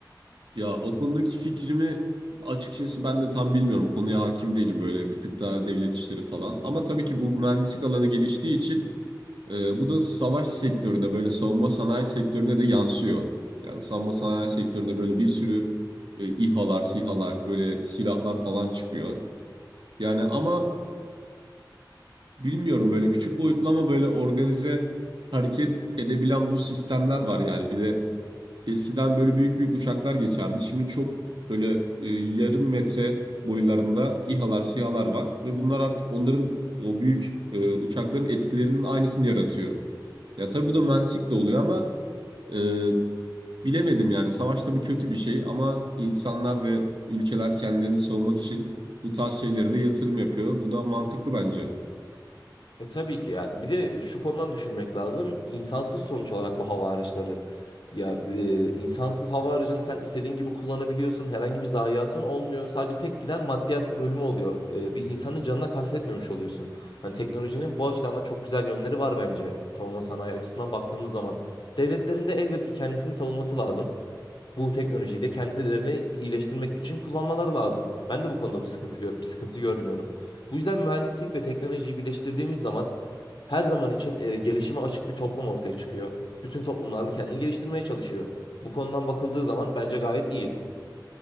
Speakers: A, on the right; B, on the left.
A: Ya o konudaki fikrimi açıkçası ben de tam bilmiyorum. Konuya hakim değilim böyle bir tık daha devlet işleri falan. Ama tabii ki bu mühendislik alanı geliştiği için e, bu da savaş sektörüne böyle savunma sanayi sektörüne de yansıyor. Yani savunma sanayi sektöründe böyle bir sürü e, İHA'lar, SİHA'lar böyle silahlar falan çıkıyor. Yani ama bilmiyorum böyle küçük boyutlu ama böyle organize hareket edebilen bu sistemler var yani bir de Eskiden böyle büyük büyük uçaklar geçerdi. Şimdi çok böyle e, yarım metre boylarında İHA'lar, SİHA'lar var ve bunlar artık onların o büyük e, uçakların etkilerinin aynısını yaratıyor. Ya tabii bu da mühendislik de oluyor ama e, bilemedim yani savaş tabii kötü bir şey ama insanlar ve ülkeler kendilerini savunmak için bu tarz şeylere de yatırım yapıyor. Bu da mantıklı bence.
B: E tabii ki ya. Bir de şu konudan düşünmek lazım. İnsansız sonuç olarak bu hava araçları. Ya e, insansız hava aracını sen istediğin gibi kullanabiliyorsun. Herhangi bir zayiatın olmuyor. Sadece tek giden maddiyat bölümü oluyor. E, bir insanın canına kastetmemiş oluyorsun. Hani teknolojinin bu açıdan da çok güzel yönleri var bence. Savunma sanayi açısından baktığımız zaman. Devletlerin de elbette ki kendisini savunması lazım bu teknolojiyi de kendilerini iyileştirmek için kullanmaları lazım. Ben de bu konuda bir sıkıntı gö- bir sıkıntı görmüyorum. Bu yüzden mühendislik ve teknolojiyi birleştirdiğimiz zaman her zaman için e, gelişime açık bir toplum ortaya çıkıyor. Bütün toplumlarda kendini geliştirmeye çalışıyor. Bu konudan bakıldığı zaman bence gayet iyi.